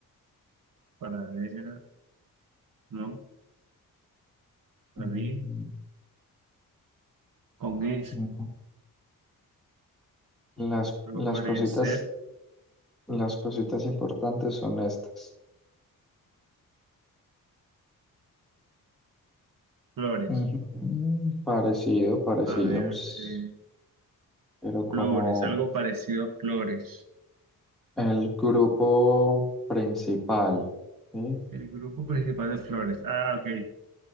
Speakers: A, on the right; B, in the centre.
A: Paradera, ¿no? Jardín.
B: Mm,
A: Con es.
B: no. Las,
A: Florecer.
B: las cositas, las cositas importantes son estas.
A: Flores.
B: Ujú. Mm, Parecido, parecido,
A: A ver,
B: un s-
A: eh,
B: pero como
A: flores. Algo parecido a flores.
B: el grupo principal, ¿sí?
A: El grupo principal de flores. Ah, ok.